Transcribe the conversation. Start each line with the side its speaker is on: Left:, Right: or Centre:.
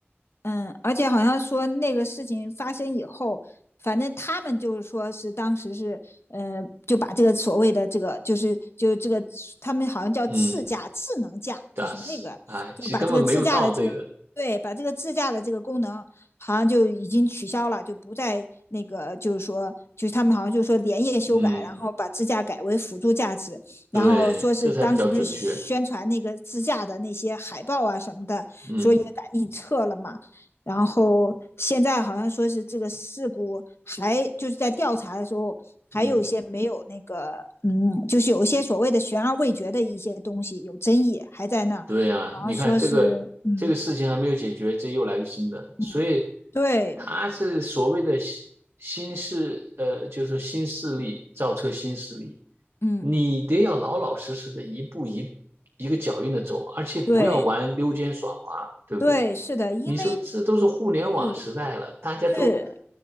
Left: 嗯，而且好像说那个事情发生以后，反正他们就是说是当时是，呃，就把这个所谓的这个就是就这个他们好像叫自驾智能驾，
Right: 嗯，但是，
Left: 就是那个就把这个自驾的这个对，
Right: 哎，其实根本没有到这个，
Left: 把这个自驾的这个功能好像就已经取消了，就不再那个就是说就是他们好像就是说连夜修改，
Right: 嗯，
Left: 然后把自驾改为辅助驾驶，
Right: 对，
Left: 然后说是当时不是宣传那个自驾的那些海报啊什么的，
Right: 这才比较准确，嗯
Left: 说也赶紧撤了嘛。然后现在好像说是这个事故还就是在调查的时候，还有一些没有那个，
Right: 嗯，
Left: 嗯，就是有一些所谓的悬而未决的一些东西有争议，还在那好像说是，
Right: 对啊，你看这个这个事情还没有解决，
Left: 嗯
Right: 这又来个新的，所以
Left: 嗯，对，
Right: 他是所谓的新新势，呃，就是说新势力造车新势力，
Left: 嗯
Right: 你得要老老实实的一步一一个脚印的走，而且不要玩溜肩耍滑，
Left: 对
Right: 对不对？
Left: 对，是的，因为
Right: 你说这都是互联网时代了，
Left: 是
Right: 大家都
Left: 是